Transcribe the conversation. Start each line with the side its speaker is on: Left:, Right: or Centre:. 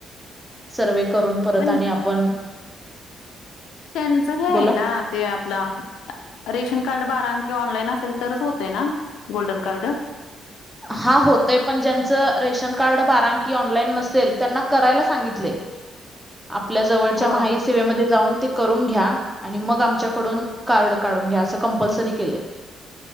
Centre: सर्वे करून परत
Left: पण
Centre: आणि आपण
Left: त्यांच हे आहे
Centre: बोला
Left: ना ते आपलं रेशन कार्ड बारा कि ऑनलाईन अस ल तरच होतय ना गोल्डन कार्ड
Centre: हा होतय पण ज्यांचं रेशन कार्ड बारांकी ऑनलाईन नसेल त्यांना करायला सांगितले
Left: <inaudible>
Centre: आपल्या जवळच्या
Left: हो
Centre: माई सेवेमध्ये जाऊन ते करून घ्या आणि मग आमच्याकडून कार्ड काढून घ्या असं कंपल्सरी केलंय